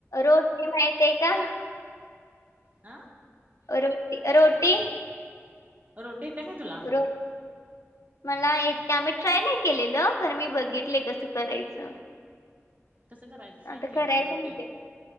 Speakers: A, on the left (about 85°); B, on the right (about 35°).
A: रोटी माहती आहे का?
B: आा.
A: रोट रोटी
B: रटी त्या काय तुला?
A: हो. मला य आम्ही ट्राय नाही केलेलं कार मी बघितले कसं करायचं.
B: कसं करायचं सांग
A: आता
B: की
A: कराय
B: रोटी
A: जमते.